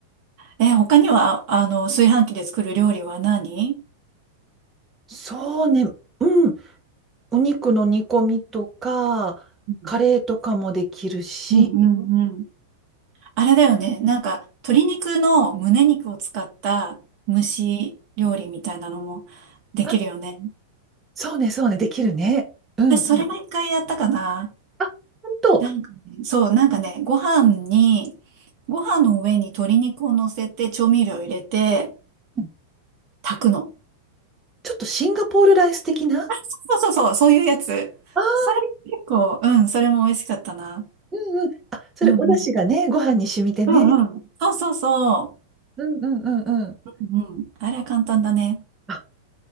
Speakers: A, on the right; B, on the right.
A: え、他には、あの、炊飯器で作る料理は何
B: そうね。うん。お肉の煮込みとか、
A: う
B: カレーとかもできるし、
A: んうんうん。あれだよね。なんか、鶏肉の胸肉を使った蒸し料理みたいなのもできるよね。
B: あ、そうね、そうね、できるね。うん。
A: 私、
B: うん
A: それが一回やったかな。
B: あ、ほんと、
A: なんかね、そう、なんかね、ご飯に、ご飯の上に鶏肉を乗せて調味料入れて
B: うん
A: 炊くの。
B: ちょっとシンガポールライス的な
A: そうそうそう、そういうやつ。
B: あー
A: それ結構、うん、それも美味しかったな。
B: うんうん。あ、それお出汁がね、
A: うんうん。
B: ご飯に染みてね。
A: うんうん。そうそうそ
B: うんうんうんうん。
A: う。うんうん。あれは簡単だね。
B: あ、